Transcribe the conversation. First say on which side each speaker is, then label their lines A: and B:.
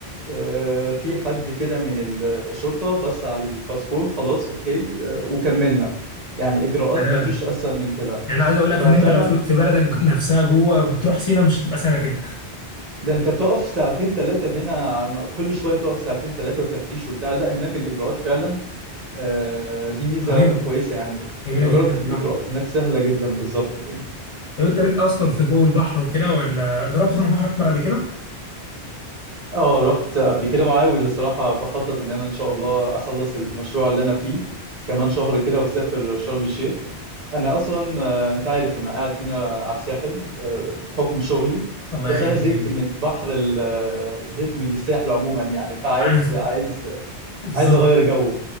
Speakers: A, on the right; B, on the left.
A: آه، في حد كده من الشرطه بص على الباسبور خلاص اوكي آه، وكملنا يعني اجراءات
B: سلام
A: ما فيش اسهل من كده
B: يعني عايز اقول لك
A: ففعلا
B: ان انت لو في في بلدك نفسها جوه بتروح سينا مش هتبقى سهله كده
A: ده انت بتقف ساعتين ثلاثه هنا عم- كل شويه تقف ساعتين ثلاثه وتفتيش وبتاع لا هناك الاجراءات فعلا آه، دي ميزه
B: رهيبه
A: كويسه يعني
B: جميله
A: الاجراءات
B: جدا
A: الاجراءات
B: فعلا
A: هناك سهله جدا بالظبط كده
B: طب انت ليك اصلا في جو البحر وكده ولا جربت تروح البحر الاحمر قبل كده
A: اه رحت قبل كده وعاوز الصراحة بخطط ان انا ان شاء الله اخلص المشروع اللي انا فيه كمان شهر كده واسافر شرم الشيخ انا اصلا آه، انت عارف انا قاعد هنا على الساحل آه، بحكم شغلي
B: الله
A: بس
B: يعينك
A: انا زهقت
B: ايوه
A: من البحر ال- آه، زهقت من الساحل عموما يعني فعايز
B: عايز
A: عايز
B: بالظبط
A: عايز اغير جو